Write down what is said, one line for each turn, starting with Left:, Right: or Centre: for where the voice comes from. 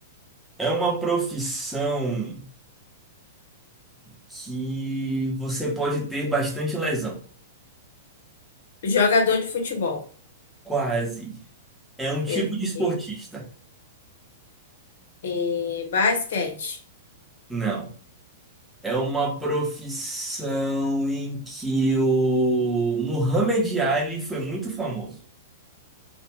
Centre: é uma profissão. que você pode ter bastante lesão.
Left: Jogador de futebol.
Centre: Quase. É um tipo
Left: Meu
Centre: de esportista.
Left: Deus. É, basquete.
Centre: Não. É uma profissão em que o Muhammad Ali foi muito famoso.